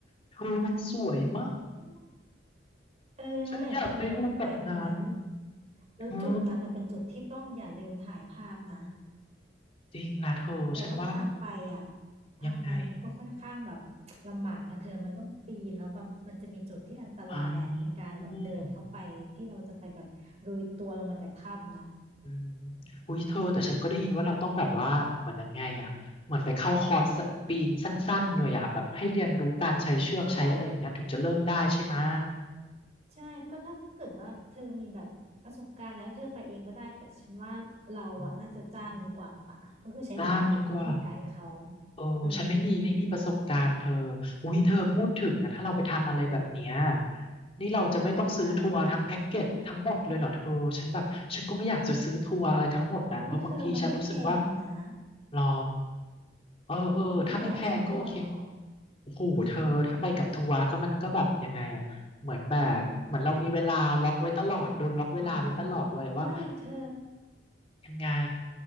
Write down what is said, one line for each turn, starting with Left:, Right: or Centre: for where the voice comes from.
Left: เธอมันสวยมาก
Right: เออนั่นแหละเธอเราต้องไปตรงนั้น
Left: ฉันอยากไปรูปแบบนั้น
Right: แล้วจุดนั้นอ่ะเป็นจุดที่ต้องอย่าลืมถ่ายภาพนะ
Left: เออจริงนะเธอ
Right: แต่ว่าทางไปอ่ะ
Left: ฉันว่ามัน
Right: ทางไปมันก็ค่อนข้างแบบ
Left: ยังไง
Right: ลำบากนะเธอมันต้องปีนแล้วแบบมันจะมีจุดที่อันตรายอ่ะในการแบบเดินเข้าไปที่เราจะไปแบบโรยตัวลงมาจากถ้ำน่ะ
Left: ออ อืมอุ้ยเธอแต่ฉันก็ได้ยินว่าเราต้องแบบว่าเหมือนยังไงอ่ะเหมือนไปเข้าคอร์สปีนสั้นๆเลยอ่ะแบบให้เรียนรู้การใช้เชือกใช้อะไรอย่างเงี้ยถึงจะเริ่มได้ใช่ไหมะ
Right: อืมก็ใช่ก็ถ้าเกิดว่าเธอมีแบบประสบการณ์แล้วเธอไปเองก็ได้แต่ฉันว่าเราอ่ะน่าจะจ้างดีกว่า
Left: อืม
Right: ก็คือใช้บริการของพี่ๆไกด์เขา
Left: ร่างดีกว่าเออฉันไม่มีไม่มีประสบการณ์เธอ
Right: อืม
Left: อุ้ยเธอพูดถึงนะถ้าเราไปทำอะไรแบบเนี้ยนี่เราจะไม่ต้องซื้อทัวร์ทั้งแพ็กเกจทั้งหมดเลยเหรอเธอฉันแบบฉันก็ไม่อยากจะซื้อทัวร์อะไรทั้งหมดนะเพราะบางทีฉันรู้สึกว่า
Right: อ่า อุ้ยเธอมันไม่แพงนะ
Left: หรอเออเออถ้าไม่แพงก็โอเค
Right: ทำไมไม่อยากซื้อทัวร์หรอ
Left: โอ้โหเธอถ้าไปกับทัวร์ก็มันก็แบบยังไงอ่ะเหมือนแบบเหมือนเรามีเวลาล็อกไว้ตลอดโดนล็อกเวลาไว้ตลอดเลยอะว่า
Right: อ๋อไม่เธอ
Left: ยังไง